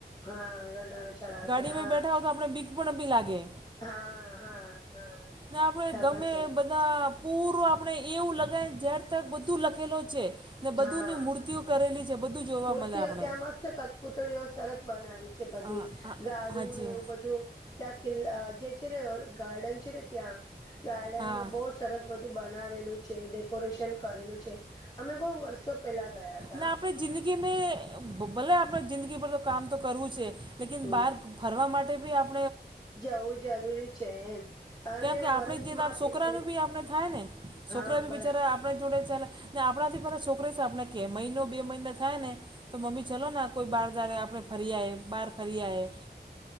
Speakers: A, on the left; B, on the right.
A: હા ગરનારો ચઢાવ
B: ગાડીમાં
A: છે હા
B: બેઠા આપડે બીક પણ ભી લાગે.
A: હા, હા, હા.
B: ને આપડે
A: ખબર
B: ગમે
A: છે
B: બધે. પૂરું આપણે એવું લગાય ઝેર તક બધું લખેલો છે ને બધુંની
A: હા
B: મૂર્તિઓ કરેલી છે. બધું જોવા
A: મૂર્તિઓ
B: મળે આપણે
A: ત્યાં મસ્ત કતપુતળીઓ સરસ બનાવી. છે બધી
B: હા હા
A: ગાડુંને
B: હાજી
A: એવું બધું. ત્યાં કિલ્લા જે છે ને ગાર્ડન છે ને ત્યાં ગાર્ડનમાં
B: હા
A: બોશ. સરસ બધું બનાવેલું છે ડેકોરેશન કરેલું છે અમે બહુ વર્ષો પેલા ગયા હતા
B: ના આપણે જિંદગી મે ભલે આપડે જિંદગી પર તો કામ તો કરવું છે. લેકિન
A: હમ
B: બહાર ફરવા માટે બી આપ
A: જવું જરૂરી છે એમ. અને
B: કેમ કે
A: વરસમાં
B: આપણે જેવા છોકરાનું
A: પિકનિક
B: બી આપણે થાય ને છોકરા
A: હા
B: બી
A: બરાબર
B: બચારા આપ જોડે ચલા ને આપણાથી બધા છોકરી છે આપણે કે મહિનો બે મહિનો થાય ને તો મમ્મી ચલો ને કોઈ બહાર જડ આપણે ફરી આય બહાર ફરી આય.